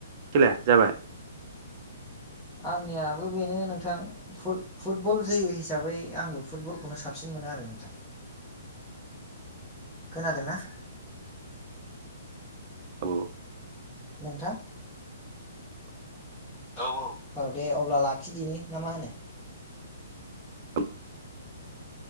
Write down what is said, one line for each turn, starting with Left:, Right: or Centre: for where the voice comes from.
Right: खेलाया जाबाय।
Centre: आंनियाबो बेनो नोंथां फु-फुटबल जोयो हिसाबै आंबो फुटबलखौनो साबसिन मोनो आरो। <inaudible> खोनादोंना?
Right: औ
Centre: नोंथां औ औ औ दे अब्ला लाखिदिनि ना मा होनो?
Right: <inaudible>